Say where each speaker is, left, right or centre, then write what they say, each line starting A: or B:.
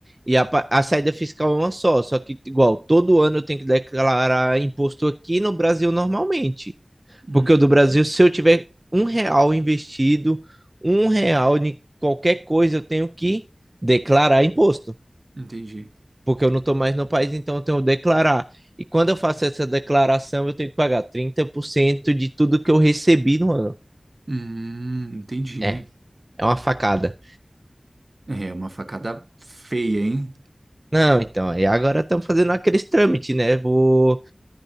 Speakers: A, on the right; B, on the right.
A: e a, pa- a saída fiscal é uma só. Só que, igual, todo ano eu tenho que declarar imposto aqui no Brasil normalmente.
B: Hum,
A: Porque o do Brasil, se eu tiver um real investido, um real em qualquer coisa, eu tenho que declarar imposto.
B: entendi.
A: porque eu não estou mais no país, então eu tenho que declarar. E quando eu faço essa declaração, eu tenho que pagar 30% de tudo que eu recebi no ano.
B: Hum, entendi.
A: É, é uma facada.
B: É uma facada feia, hein?
A: Não, então, e agora estamos fazendo aqueles trâmites, né? Vou